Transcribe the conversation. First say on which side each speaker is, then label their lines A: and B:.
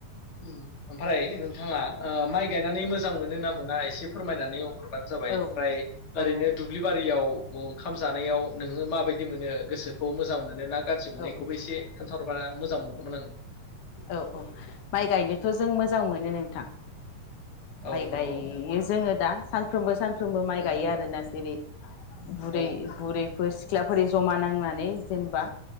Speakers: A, on the left (about 35°); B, on the left (about 75°).
A: ओम ओमफ्राय नोंथाङा ओ माइ गायनानै मोजां मोनो ना मोना एसे फोरमायनानै नो जाबाय
B: औ
A: ओमफ्राय
B: औ
A: ओरैनो दुब्लि बारियाव अंखाम जानायाव नोङो माबाय - मोनो गोसोखौ मोजां मोनो ना गाज्रि मोनो
B: औ
A: एखौबो एसे खोन्थाहरबा मोजां मोनगौमोन आं
B: औ औ माइ गायनोथ जों मोजां मोनो नोंथां
A: आं
B: माइ
A: औ नंगौ
B: गाय-यो जोङो दा सानफ्रोमबो सानफ्रोम फ्रोमबो माइ
A: उम
B: गायो आरोना जेरै बुरै
A: औ
B: बुरै फोर सि ख्लाफोरनि जमानां नांनानै जेनेबा